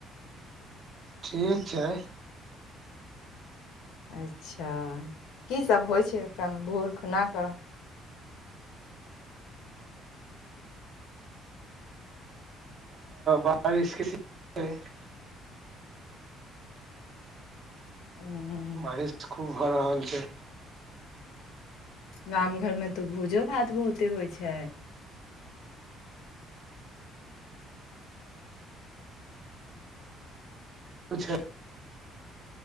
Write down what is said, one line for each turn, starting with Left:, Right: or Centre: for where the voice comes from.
Right: ठीक छै
Left: अच्छा की सब होय छै कन भोर खुना क
Right: बारिश के सी <unintelligible> <inaudible>
Left: ह
Right: बारिश खूब भ रहल छे
Left: गाम घर मे त भोजो भात बहुते होय छय
Right: अच्छा